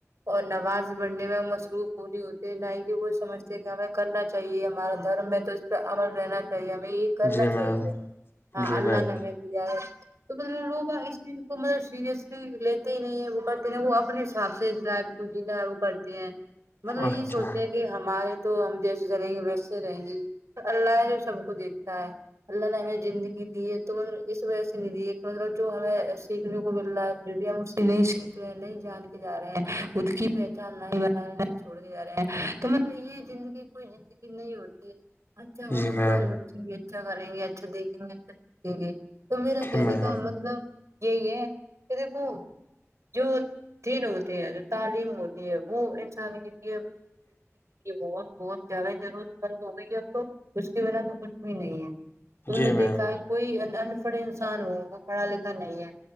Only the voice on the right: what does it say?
اور نماز بڑھنے میں مصروف وہ نہیں ہوتے نہ ہی کہ وہ سمجھتے کہ ہمیں کرنا چاہیے ہمارا دھرم ہے تو اس پہ عمل رہنا چاہیے ہمیں یہ کرنا
چاہیے
ہاں
اللہ
نے ہمیں دیا ہے تو مطلب لوگ اس چیز کو مطلب سیریسلی لیتے ہی نہیں ہے وہ کرتے نہیں وہ اپنے حساب سے جینا ہے وہ کرتی ہیں مطلب
یہ سوچتے ہیں کہ ہمارے تو ہم جیسے چلیں گے ویسے رہیں گے اللہ جو سب کو دیکھتا ہے اللہ نے ہمیں زندگی دی ہے تو مطلب اس وجہ سے نہیں دی ہے کہ مطلب جو ہمیں سیکھنے کو مل رہا ہے پھر بھی ہم اس سے نہیں سیکھ رہے نہیں جان کے جا رہے ہیں خود کی پہچان نہیں بنا رہے نہیں جا رہے ہیں تو مطلب یہ زندگی کوئی زندگی نہیں ہوتی اچھا کروں
گے
تمہارے بچوں بھی اچھا کریں گے اچھا دیکھیں گے اچھا سیکھیں گے تو میرا
کہنے
کا مطلب یہی ہے کہ دیکھو جو دن ہوتے ہیں جو تعلیم ہوتی ہے وہ انسان کی لیے بہت بہت زیادہ ضرورت مند ہو گئی ہے اب تو اس کے بنا تو کچھ بھی نہیں ہے تم
نے
دیکھا ہے کوئی ان پڑھ انسان ہو وہ پڑھا لکھا نہیں ہے